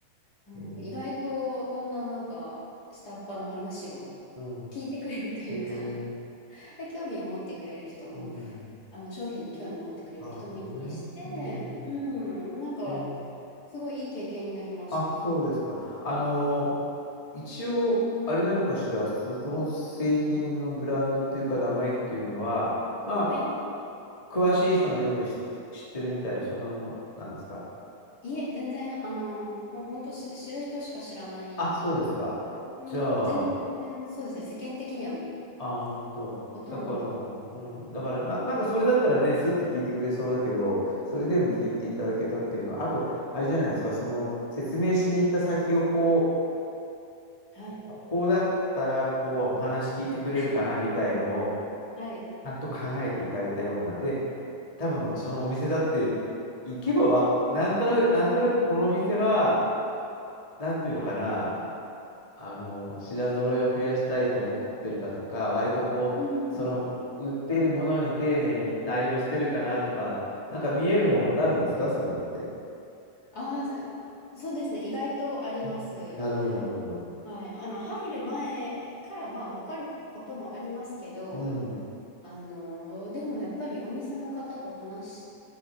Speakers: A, on the left; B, on the left.
A: うん、
B: へえ、
A: 意外とこんななんか下っ端の話を
B: うん、
A: 聞いてくれるというか
B: へえ、
A: <laughs> で興味を持ってくれる人も、
B: うん。
A: あの商品に興味を持ってくれる人もいたりして、
B: なるほどね。うん、
A: うん、なんか
B: へえ。
A: すごいいい経験になりました。
B: あ、そうですか。あのー一応、あれなのかしら、そその製品のブランドというか、名前っていうのは、まあ、
A: はい。
B: 詳しい人がよく知知ってるみたいな、そんなものなんですか
A: いえ、全然、あの、もう本当知る人しか知らない
B: あ、そうですか。
A: うん、
B: じゃあ、
A: 全然そうですね。世間的には
B: あ、本当。
A: ほとんど。
B: だから、うん。だから、ま、なんかそれだったらね、スッと聞いてくれそうだけど、それでも聞いていただけたっていうのは、
A: うん。
B: あと、あれじゃないですか、その、説明しに行った先をこ
A: はい。
B: ここだったらこうお話聞いてくれるかなみたいのを
A: <laughs> はい。
B: ちゃんと考えていかれたような。で、多分そのお店だって行けばわ、なんとなく、なんとなくこのお店は、なんていうのかな、
A: はい
B: あの、品揃えを増やしたいと思ってるかとか、割とこう、
A: うん。
B: その売っているものに丁寧に対応してるかなとか、なんか見えるものってあるんですかそういうのって。
A: ああ、そそうですね。意外とあります。
B: うんなるほど、なるほど。
A: はい。あの、入る前からまあ分かることもありますけど、
B: うん、
A: あのーでもやっぱりお店の方と話